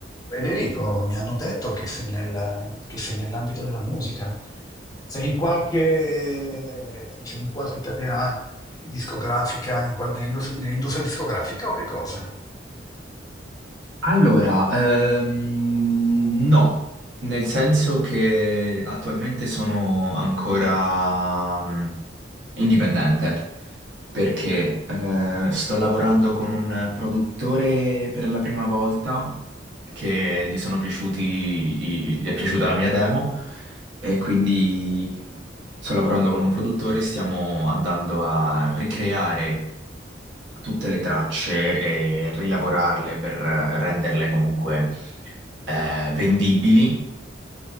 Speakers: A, on the left; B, on the right.
A: Federico, mi hanno detto che sei nel- che sei nell'ambito della musica, sei in qualche, sei in qualche catena discografica, in qual- nell'indus- nell'industria discografica o che cosa?
B: Allora, ehm, no, nel senso che attualmente sono ancora mm, indipendente perché eh, sto lavorando con un produttore per la prima volta che gli sono piaciuti, gli è piaciuta la mia demo e quindi sto lavorando con un produttore, stiamo andando a ricreare tutte le tracce e rilavorarle per eh, renderle comunque eh, vendibili